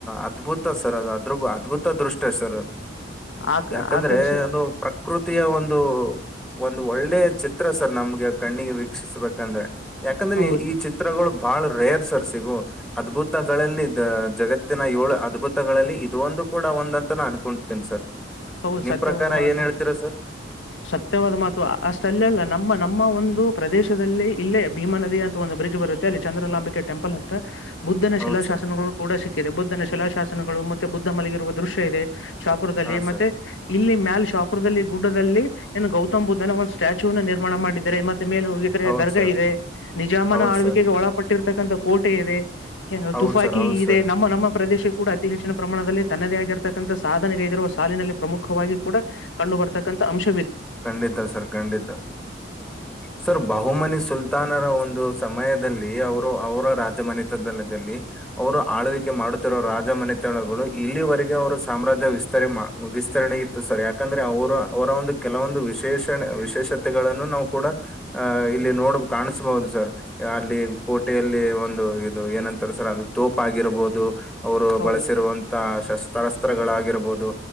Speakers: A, in the centre; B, on the left (about 80°).
A: ಅದ್ಭುತ ಸರ್ ಅದು ಅದ್ರ ಅದ್ಭುತ ದೃಷ್ಟ್ಯ ಸರ್
B: ಆ
A: ಯಾಕಂದ್ರೆ
B: ಆಕರ್ಷ
A: ಒಂದು ಪ್ರಕೃತಿಯ ಒಂದು ಒಂದು ಒಳ್ಳೆ ಚಿತ್ರ ಸರ್ ನಮ್ಗೆ ಕಣ್ಣಿಗೆ ವೀಕ್ಷಿಸ್ಬೇಕಂದ್ರೆ ಯಾಕಂದ್ರೆ
B: ಹೌದು
A: ಈ ಈ ಚಿತ್ರಗಳು ಬಹಳ ರೇರ್ ಸರ್ ಸಿಗು ಅದ್ಭುತಗಳಲ್ಲಿ ಜಗತ್ತಿನ ಏಳು ಅದ್ಭುತಗಳಲ್ಲಿ ಇದ ಒಂದು ಕೂಡ ಒಂದ ಅಂತ ನ ಅನ್ಕೊತೇನಿ ಸರ್
B: ಹೌದು
A: ನಿಮ್
B: ಸತ್ಯವಾದ
A: ಪ್ರಕಾರ
B: ಮಾತ
A: ಏನ್ ಹೇಳ್ತೀರಾ ಸರ್
B: ಸತ್ಯವಾದ ಮಾತು ಅಷ್ಟ ಅಲ್ಲ ಅಲ್ಲ ನಮ್ಮ ನಮ್ಮ ಒಂದು ಪ್ರದೇಶದಲ್ಲಿ ಇಲ್ಲೇ ಭೀಮಾ ನದಿ ಅಂತ ಒಂದು ಬ್ರಿಡ್ಜ್ ಬರುತ್ತೆ ಅಲ್ಲಿ ಚಂದ್ರಲಾಂಬಿಕೆ ಟೆಂಪಲ್ ಹತ್ರ ಬುದ್ಧನ ಶಿಲಾಶಾಸನಗಳು
A: ಹೌದ್ ಸರ್
B: ಕೂಡ ಸಿಕ್ಕಿದೆ ಬುದ್ಧನ ಶಿಲಾಶಾಸನಗಳು ಮತ್ತೆ ಬುದ್ಧ ಮಲಗಿರುವ ದೃಶ್ಯ ಇದೆ ಶಾಪುರದಲ್ಲಿ
A: ಹಾ
B: ಮತ್ತೆ
A: ಸರ್
B: ಇಲ್ಲಿ ಮ್ಯಲ್ ಶಾಪುರದಲ್ಲಿ ಗುಡ್ಡದಲ್ಲಿ ಏನು ಗೌತಮ್ ಬುದ್ಧನ ಒಂದ್ ಸ್ಟ್ಯಾಚು ನಿರ್ಮಾಣ ಮಾಡಿದ್ದಾರೆ ಮ ಮೇಲೆ ಹೋಗಿದ್ರೆ
A: ಹೌದ್
B: ದರ್ಗಾ
A: ಸರ್
B: ಇದೆ ನಿಜಾಮನ
A: ಹೌದ್
B: ಆಳ್ವಿಕೆಗೆ
A: ಸರ್
B: ಒಳಪಟ್ಟಿರ್ತಕ್ಕಂಥ ಕೋಟೆ ಇದೆ
A: ಹೌದ್
B: ತುಫಾಕಿ
A: ಸರ್ ಹೌದ್
B: ಇದೆ
A: ಸರ್
B: ನಮ್ಮ ನಮ್ಮ ಪ್ರದೇಶಕ್ಕೆ ಕೂಡ ಅತಿ ಹೆಚ್ಚಿನ ಪ್ರಮಾಣದಲ್ಲಿ ತನ್ನದೇ ಆಗಿರತಕ್ಕಂಥ ಸಾಧನೆಗೈದರುವ ಸಾಲಿನಲ್ಲಿ ಪ್ರಮುಖವಾಗಿ ಕೂಡ ಕಂಡು ಬರ್ತಕ್ಕಂಥ ಅಂಶ
A: ಖಂಡಿತ ಸರ್ ಖಂಡಿತ ಸರ್ ಬಹುಮನಿ ಸುಲ್ತಾನರ ಒಂದು ಒಂದು ಸಮಯದಲ್ಲಿ ಅವರು ಅವರ ರಾಜಮನಿತಲದಲ್ಲಿ ಅವರು ಆಳ್ವಿಕೆ ಮಾಡುತ್ತಿರುವೋ ರಾಜ ಮನೆತಳಗಳು ಇಲ್ಲಿವರೆಗೆ ಅವರು ಸಾಮ್ರಾಜ್ಯ ವಿಸ್ತ ವಿಸ್ತರಣೆ ಇತ್ತು ಸರ್ ಯಾಕಂದ್ರೆ ಅವರು ಅವರ ಒಂದು ಕೆಲವೊಂದು ವಿಶೇಷಣ ವಿಶೇಷತೆಗಳನ್ನು ನಾವು ಕೂಡ ಅಹ ಇಲ್ಲಿ ನೋಡ್ ಕಾಣಿಸಬಹುದು ಸರ್ ಅಲ್ಲಿ ಕೋಟೆಯಲ್ಲಿ ಒಂದು ಇದು ಏನಂತಾರೆ ಸರ್ ಅದು ತೋಪ್ ಆಗಿರ್ಬಹುದು ಅವರು
B: ಹೌದು
A: ಬಳಸಿರುವಂತ ಶಸ್ತ್ರಾಸ್ತ್ರಗಳಾಗಿರಬಹುದು